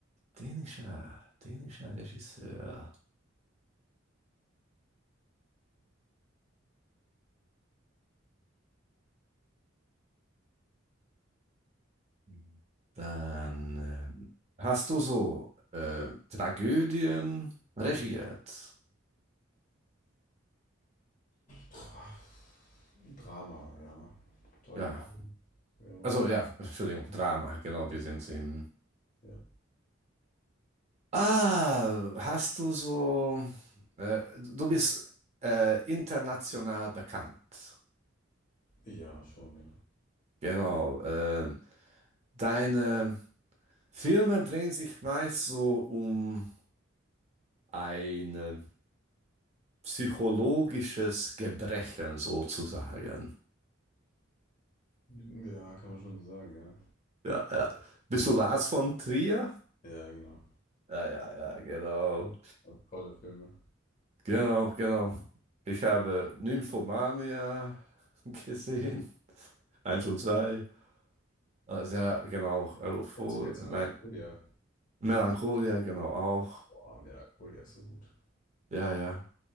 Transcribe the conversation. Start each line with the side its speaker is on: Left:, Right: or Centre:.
Right: dänischer, dänischer Regisseur. Mhm. Dann ähm, hast du so äh, Tragödien regiert.
Left: Dra Drama, ja. Tragödie.
Right: Ja,
Left: Ja,
Right: also ja, Entschuldigung, Drama, genau, wir sind im.
Left: ja.
Right: Ah, hast du so, äh, du bist äh, international bekannt.
Left: Ja, schon, ja.
Right: Genau, äh, deine Filme drehen sich meist so um eine psychologisches Gebrechen sozusagen.
Left: Ja, kann man schon so sagen, ja.
Right: Ja, ja. Bist du Lars von Trier?
Left: Ja, genau.
Right: Ja, ja, ja, genau.
Left: Ja, Tolle Filme.
Right: Genau, genau. Ich habe Nymphomania <laughs> gesehen. Eins und zwei. Also, ja, genau. Euphor
Left: Kennst du, kennst
Right: Nein,
Left: du Melancholia?
Right: Melancholia, genau auch.
Left: Boah, Melancholia ist so gut.
Right: Ja, ja.